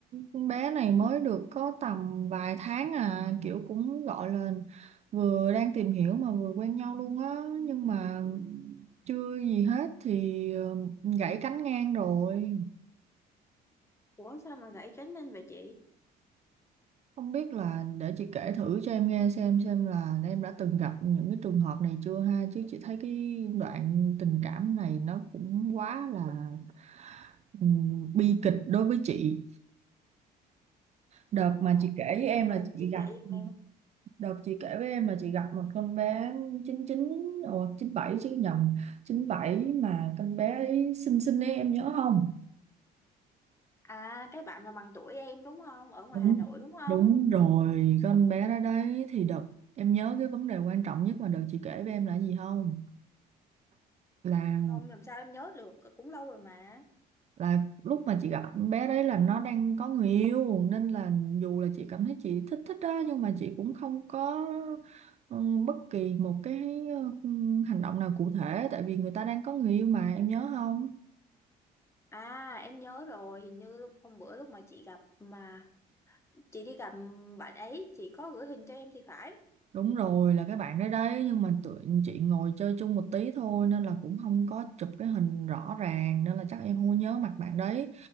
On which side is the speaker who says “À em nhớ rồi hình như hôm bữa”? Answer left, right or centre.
Left